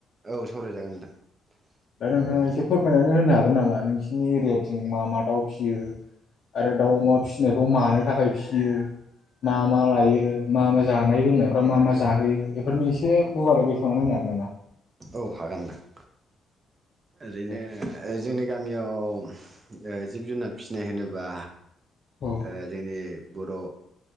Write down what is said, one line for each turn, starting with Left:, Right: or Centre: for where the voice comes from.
Right: औ सावरायजागोन नोंथां।
Left: दा
Right: ओ
Left: नोंथाङा एसे
Right: जों
Left: फोरमायनानै होनो हागोन हागोन नामा नोंसोरनि एरियाथिं मा मा दाउ फिसियो आरो दाउ अमा फिसिनायखौ मानो थाखाय फिसियो मा मा लायो मा मा जानाय लोंनायफ मा मा जाहोयो बेफोरनो एसे गुवारै बेखेवनानै होनो हागोन नामा?
Right: औ हागोनदां ओरैनो
Left: दे
Right: जोंनि गामि गामियाव जिब जुनार फिसिनाय होनोब्ला
Left: औ
Right: ओ जेनि बर